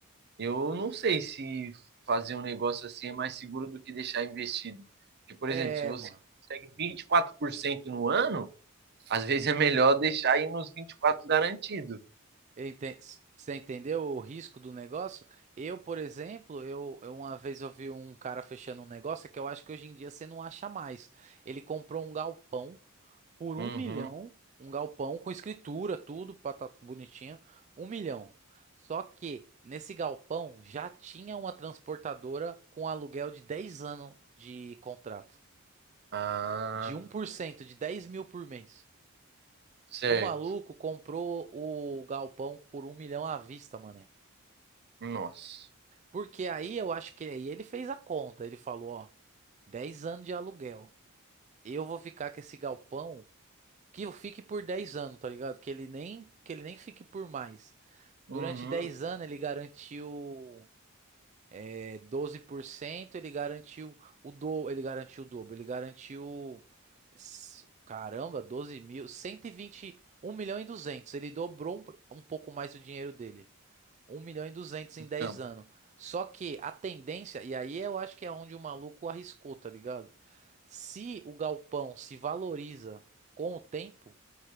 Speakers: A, on the right; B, on the right.
A: eu não sei se fazer um negócio assim é mais seguro do que deixar investido. Porque, por
B: É,
A: exemplo, se você
B: mano.
A: consegue 24% no ano, às vezes é melhor deixar aí nos 24 garantido.
B: Eu enten- Você entendeu o risco do negócio? Eu, por exemplo, eu, eu uma vez eu vi um cara fechando um negócio é que eu acho que hoje em dia você não acha mais. Ele comprou um galpão por
A: Uhum.
B: um milhão, um galpão com escritura, tudo, pata- bonitinho, um milhão. Só que nesse galpão já tinha uma transportadora com aluguel de 10 anos de contrato.
A: Ah,
B: de um por cento, de 10 mil por mês.
A: certo.
B: O maluco comprou o galpão por um milhão à vista, mané.
A: Nossa.
B: Porque aí eu acho que aí ele fez a conta. Ele falou, ó, 10 anos de aluguel. Eu vou ficar com esse galpão que eu fique por 10 anos, tá ligado? Que ele nem que ele nem fique por mais. Durante
A: Uhum.
B: 10 anos ele garantiu É 12% ele garantiu o do, ele garantiu o dobro, ele garantiu s- caramba, 12 mil, cento e vinte um milhão e duzentos Ele dobrou um, um pouco mais o dinheiro dele. um milhão e duzentos em 10
A: Não,
B: anos. Só que a tendência, e aí eu acho que é onde o maluco arriscou, tá ligado? Se o galpão se valoriza com o tempo,